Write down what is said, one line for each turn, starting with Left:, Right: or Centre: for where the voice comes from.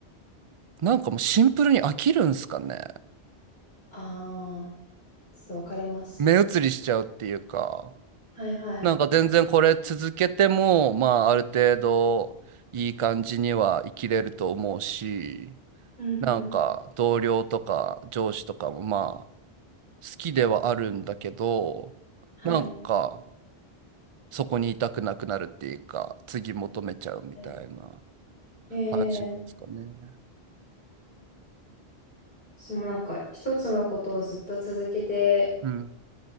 Right: う。なんかもうシンプルに飽きるんすかね。
Left: ああー、ちょっとわかります。
Right: 目移りしちゃうっていうか、
Left: はいはい。
Right: なんか全然これ続けても、まあある程度いい感じには生きれると思うし、
Left: うんうん。
Right: なんか同僚とか上司とかもまあ好きではあるんだけど
Left: はい。
Right: なんかそこにいたくなくなるっていうか次求めちゃうみたいな
Left: はいへえ、
Right: 感じなんですかね。
Left: 私もなんか一つのことをずっと続けて
Right: うん。